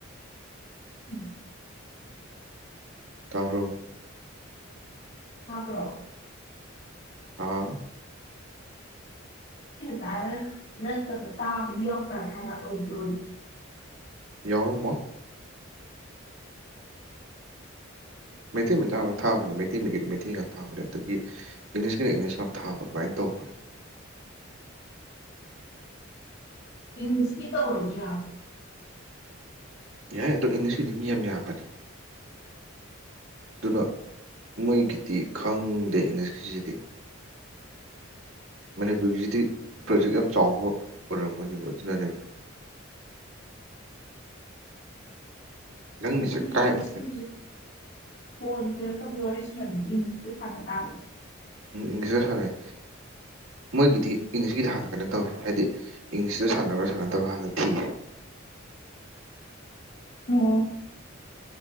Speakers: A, on the left; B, on the right.
A: ꯎꯝ
B: ꯇꯧꯔꯛ
A: ꯍꯥꯕ꯭ꯔꯣ
B: ꯑ
A: ꯍꯖꯔ ꯅꯠꯇ ꯇꯝ ꯀꯅ ꯑꯣꯏꯗ꯭ꯔꯣ
B: ꯌꯥꯎꯔꯝꯃꯣ ꯃꯇꯤ ꯃ ꯌꯥ ꯊ ꯃꯩꯇꯩ ꯃꯤꯒꯤꯗꯤ ꯃꯩꯊꯤ ꯉꯥꯛ ꯊꯥꯕꯅꯦ ꯑꯗꯒꯤ ꯏꯪꯂꯤꯁꯀ ꯏꯪꯂꯤꯁ ꯉꯥꯛ ꯊꯥꯕ ꯑꯗꯨꯃꯥꯏꯅ ꯇꯧꯕꯅꯦ
A: ꯃꯤꯅꯤꯁꯄꯤꯇꯥ ꯑꯣꯔꯖꯤꯅ
B: ꯌꯥꯏ ꯑꯗꯣ ꯏꯪꯂꯤꯁꯤꯀꯤꯗꯤ ꯃꯤ ꯌꯥꯝ ꯌꯥꯝꯕꯅꯤ ꯑꯗꯨꯅ ꯃꯣꯏꯒꯤꯗꯤ ꯈꯪꯗꯦ ꯏꯪꯂꯤꯁꯀꯤꯁꯤꯗꯤ ꯃꯅꯤꯄꯨꯔꯒꯤꯁꯤꯗꯤ ꯄ꯭ꯔꯣꯖꯦꯛ ꯌꯥꯝ ꯆꯥꯎꯕ ꯑꯣꯏꯔꯝꯒꯅꯦꯕ ꯑꯗꯨꯅꯅꯦꯕ ꯅꯪꯒꯤꯁꯦ
A: ꯑꯗꯤ
B: ꯀꯥꯏꯕꯅꯦ
A: ꯏꯁꯀꯤ ꯐꯣꯣꯟ ꯀꯩꯅ ꯊ ꯦꯔꯂꯝ ꯏꯪ ꯐꯅ ꯇꯥꯔꯅꯦ
B: ꯏꯪꯂꯤꯁꯇ ꯁꯥꯟꯅꯩ ꯃꯣꯏꯒꯤꯗꯤ ꯏꯪꯂꯤꯁꯀꯤꯗꯤ ꯍꯥꯟꯅ ꯀꯩꯅꯣ ꯇꯧꯋꯤ ꯍꯥꯏꯗꯤ ꯏꯪꯂꯤꯁꯇ ꯁꯥꯟꯅꯕ꯭ꯔꯥ ꯁꯥꯟꯅꯗꯕ ꯍꯥꯟꯅ ꯊꯤ
A: ꯑꯣ